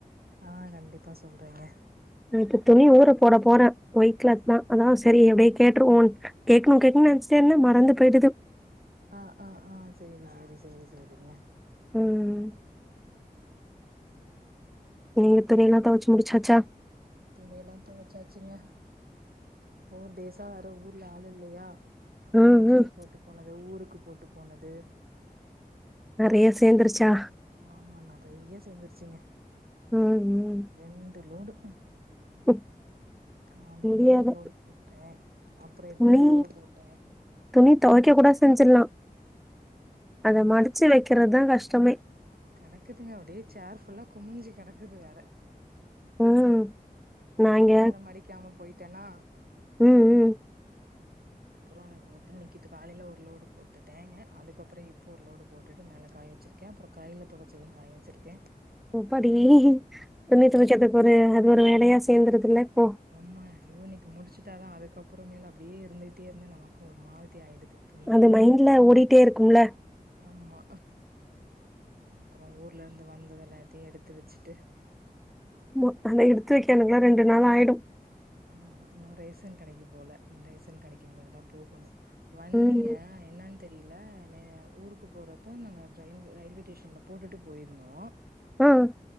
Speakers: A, on the right; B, in the centre.
A: ஆ கண்டிப்பா சொல்றேங்க
B: நா இப்ப துணி ஊர போட போற ஒயிட் கிலாத்தா அதா செரி அப்படியே கேட்டுருவோ கேக்கணு கேக்கணுன்னு நெனச்சுட்டே இருந்த மறந்து போயிடுது
A: அ அ அ சேரி சேரி சேரி சேரிங்க
B: ம் நீங்க துணிலா தொவச்சி முடிச்சாச்சா
A: துணியெல்லா தொவச்சாச்சுங்க போர் டேஸ்ஸா வேற ஊர்ல ஆளு இல்லயா
B: ம்
A: அன்னைக்கே
B: ம்
A: போட்டு போனது ஊருக்கு போட்டு போனது
B: நறைய சேந்துருச்சா?
A: ஆமா நறையா சேந்துருச்சுங்க
B: ம் ம்
A: ரெண்டு லோடு
B: ம்,
A: காலையிலயே
B: முடியாது
A: ஒரு லோடு போட்டே அப்புறோ இப்போ
B: துணி
A: ஒரு லோடு போட்டே
B: துணி தொவைக்க கூட செஞ்சிறலா அத
A: ஆமா
B: மடிச்சு வைக்கிறதுதா கஷ்டமே
A: கெடக்குதுங்க அப்டியே சோர் ஃபுல்லா குமிஞ்சி கெடக்குது வேற
B: ம் நாங்க
A: அன்னைக்கு வேற மடிக்காம போயிட்டேனா
B: ம் ம்
A: ம் அப்றோ இப்ப நிற்கிது காலையில ஒரு லோடு போட்டுட்டேங்க அதுக்கப்றோ இப்போ ஒரு லோடு போட்டுட்டு மேலே காய் வெச்சிருக் கே அப்றோ கையில் தொவச்சது காய வெச்சிருக்கே
B: அப்பாடி துணி தொவைக்குறது ஒரு அது ஒரு வேலையா சேந்துறுதுல்ல இப்போ
A: ஆமா ஐயோ இன்னிக்கி முடிச்சட்டா தா அதுக்கு அப்றோ மேலே அப்டியே இருந்துகிட்டே இருந்தே நமக்கும் ஒரு மாதிரிடி ஆயிடுது துணியே
B: அது மைண்ட்ல ஓடிட்டே இருக்கும்ல
A: ஆமா அப் ஊர்லருந்து வந்தது எல்லாத்தையு எடுத்து வெச்சுட்டு
B: <unintelligible> எடுத்து வைக்கனுக்குல்லா ரெண்டு நாள் ஆயிடு
A: ஆமா இன்னு ரேசன் கடைக்கு போல ரேசன் கடைக்கி இனி மேல தா போகணு வந்தீங்க
B: ம்
A: என்னனு தெரில ஊருக்கு போறப்ப நாங்க ரயில் ரயில்வே ஸ்டேஷன்ல போட்டுட்டு போயிருந்தோ
B: ம்